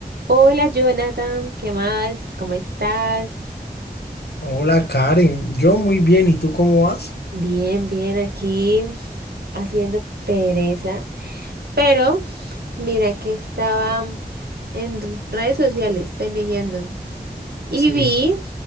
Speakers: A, on the right; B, on the left.
A: Hola Jonathan, ¿qué más? ¿Cómo estás?
B: Hola Karen, yo muy bien, ¿y tú cómo vas?
A: Bien, bien, aquí haciendo pereza. Pero mira que estaba en redes sociales pendejeando y
B: Sí,
A: vi